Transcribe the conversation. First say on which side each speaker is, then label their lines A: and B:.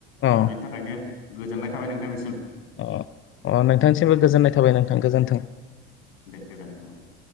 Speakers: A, on the left; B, on the left.
A: अ
B: बेनि थाखायनो गोजोननाय थाबाय नोंथांनिसिम
A: अ अ नोंथांसिमबो गोजोननाय थाबाय नोंथां गोजोन्थों
B: दे गोजोनथों